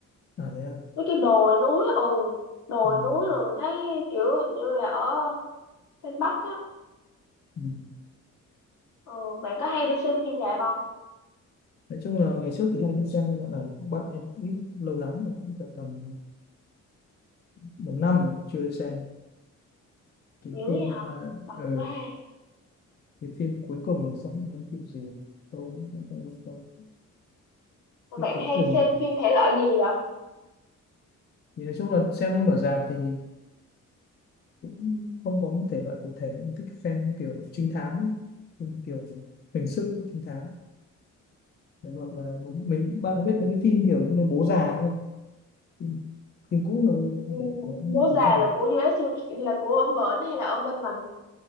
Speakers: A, on the left (about 35°); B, on the left (about 70°).
A: à thế à
B: với cái đồi núi ừ đồi
A: ừ.
B: núi rồi mình thấy kiểu hình như là ở Tây Bắc á
A: Ừ.
B: ờ, bạn có hay đi xem phim rạp không
A: Nói chung là ngày trước thì hay đi xem nhưng dạo này cũng bận nên cũng ít lâu lắm rồi cũng phải tầm một năm rồi chưa đi xem cái
B: dữ
A: phim
B: vậy hả
A: mà
B: bận
A: ờ,
B: quá ha
A: cái phim cuối cùng giống giống phim gì tôi cũng không nhớ đâu.
B: mà
A: phim
B: bạn
A: cuối
B: hay
A: cùng
B: xem phim thể loại gì vậy
A: thì nói chung là xem phim ở rạp thì cũng không có một thể loại cụ thể thích xem kiểu trinh thám ấy phim kiểu hình sự trinh thám Đấy, hoặc là mình mình- bạn có biết mấy cái phim kiểu như là bố già không nhỉ? phim, phim cũ rồi không
B: Ừ,
A: phải có
B: bố
A: bố
B: già
A: già
B: là của US UK là của ông Bển hay là ông bên mình